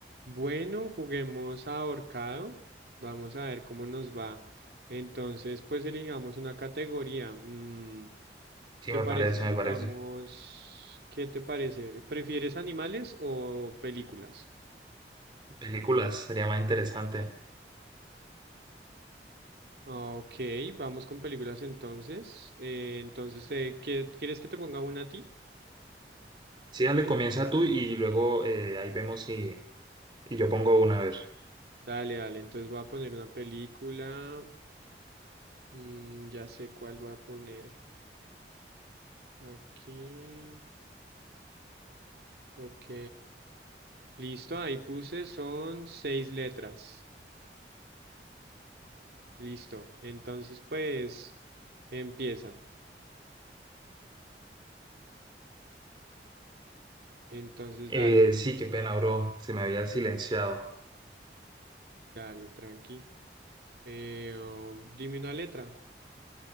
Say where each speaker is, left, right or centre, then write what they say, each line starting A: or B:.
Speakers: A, on the right; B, on the right.
A: Bueno, juguemos a ahorcado. Vamos a ver cómo nos va. Entonces, pues elijamos una categoría. Mm,
B: Sí,
A: ¿te
B: me
A: parece
B: parece,
A: si
B: me
A: jugamos?
B: parece.
A: ¿Qué te parece? ¿Prefieres animales o películas?
B: Películas, sería más interesante.
A: Ok, vamos con películas entonces. Eh, entonces, ¿te, qué- quieres que te ponga una a ti?
B: Sí, dale, comienza tú y luego eh, ahí vemos si y yo pongo una, a ver.
A: Dale, dale. Entonces voy a poner una película. Mm, ya sé cuál voy a poner. Aquí. Ok. Listo, ahí puse, son seis letras. Listo. Entonces, pues, empieza. Entonces,
B: Eh,
A: dale,
B: sí, qué pena, bro, se me había silenciado.
A: dale, tranqui. Eh, oh, dime una letra.